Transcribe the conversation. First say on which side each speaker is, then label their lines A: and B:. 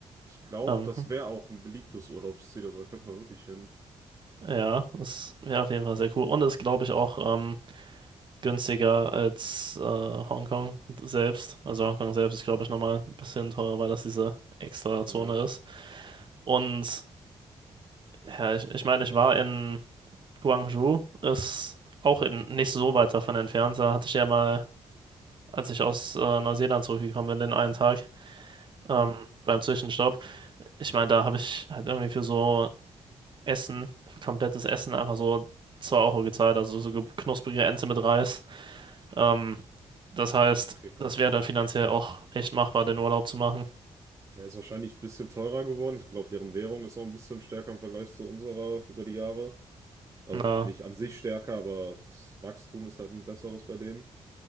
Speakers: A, on the right; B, on the right.
A: Ich glaube,
B: Ähm,
A: das wäre auch ein beliebtes Urlaubsziel, also da könnte man wirklich hin.
B: ja, das wäre auf jeden Fall sehr cool. Und ist, glaube ich, auch ähm, günstiger als äh, Hongkong selbst. Also Hongkong selbst ist, glaube ich, nochmal ein bisschen teurer, weil das diese extra Zone
A: Ja.
B: ist. Und ja, ich, ich meine, ich war in Guangzhou. Ist auch in, nicht so weit davon entfernt. Da hatte ich ja mal, als ich aus äh, Neuseeland zurückgekommen bin, den einen Tag ähm,
A: Hm.
B: beim Zwischenstopp. Ich meine, da habe ich halt irgendwie für so Essen, für komplettes Essen einfach so 2 Euro gezahlt, also so ge- knusprige Ente mit Reis. Ähm, das heißt,
A: Ja, okay, krass.
B: das wäre dann finanziell auch echt machbar, den Urlaub zu machen.
A: Ja, ist wahrscheinlich ein bisschen teurer geworden. Ich glaube, deren Währung ist auch ein bisschen stärker im Vergleich zu unserer über die Jahre. Also
B: Na,
A: nicht an sich stärker, aber das Wachstum ist halt ein besseres bei denen.